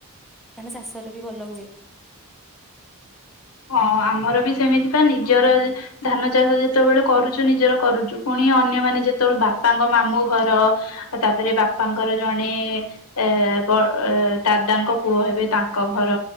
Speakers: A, in the centre; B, on the left.
A: ମାନେ ଚାଷରେ ବି ଭଲ ହୁଏ।
B: ହଁ ଆମର ବି ସେମିତି ପା ନିଜର ଧାନ ଚାଷ ଯେତେବେଳେ କରୁଚୁ ନିଜର କରୁଚୁ ପୁଣି ଅନ୍ୟମାନେ ଯେତବେଳେ ବାପାଙ୍କ ମାମୁଁ ଘର ତାପରେ ବାପାଙ୍କର ଜଣେ ଏ ବ ଦାଦାଙ୍କ ପୁଅ ହେବେ ତାଙ୍କ ଘର